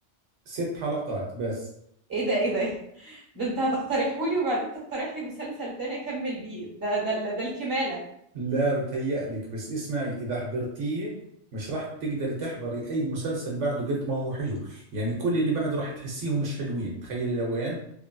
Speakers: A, on the right (about 75°); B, on the right (about 15°).
A: ست حلقات بس
B: إيه ده إيه ده <laughs> ده أنت هتقترحهولي وبعدين تقترح لي مسلسل تاني أكمل بيه ده ده ال- ده الكمالة
A: لا بتهيألك بس اسمعي إذا حضرتيه مش راح تقدري تحضري أي مسلسل بعده قد ما هو حلو يعني كل اللي بعده راح تحسيهم مش حلوين تخيلي لوين